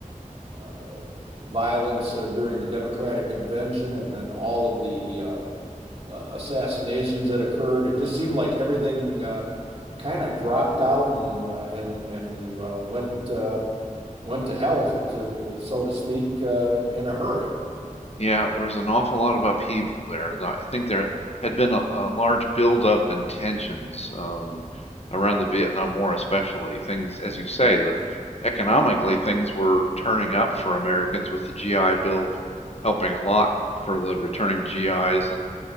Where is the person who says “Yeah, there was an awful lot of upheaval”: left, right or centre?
Left